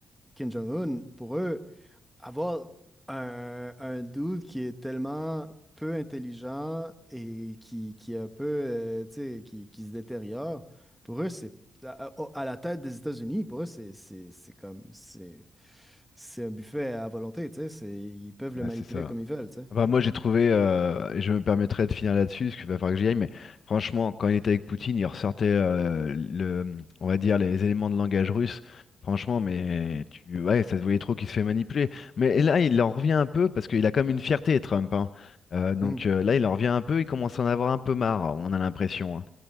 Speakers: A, in the centre; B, on the left (about 60°).
A: Kim Jong-un. Pour eux, avoir un, un dude qui est tellement peu intelligent et qui, qui est un peu, euh, tu sais, qui, qui se détériore, pour eux, c'est à, à- à la tête des États-Unis, pour eux, c'est c'est- c'est comme, c'est c'est un buffet à volonté, tu sais. c'est- Ils peuvent le
B: Ah,
A: manipuler
B: c'est ça.
A: comme ils veulent, tu sais.
B: Enfin, moi, j'ai trouvé, euh, et je me permettrai de finir là-dessus, parce qu'il va falloir que j'y aille, mais franchement, quand il était avec Poutine, il ressortait, euh, le, on va dire, les éléments de langage russe. Franchement, mais tu, ouais, ça se voyait trop qu'il se fait manipuler. Mais et là, il en revient un peu, parce qu'il a comme une fierté, Trump, hein. Euh, donc
A: Mhm,
B: euh, là, il en revient un peu, il commence à en avoir un peu marre, on a l'impression. hein.